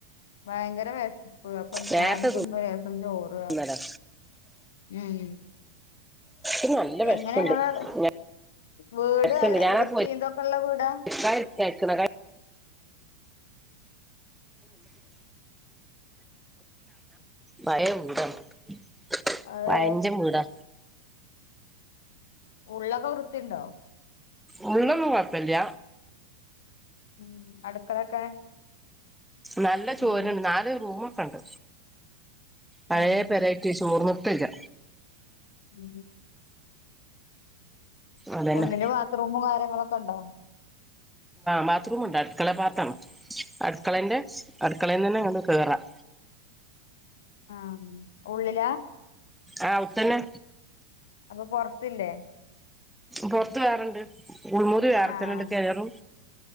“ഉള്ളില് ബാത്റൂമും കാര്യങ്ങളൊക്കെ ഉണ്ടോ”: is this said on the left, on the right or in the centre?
Left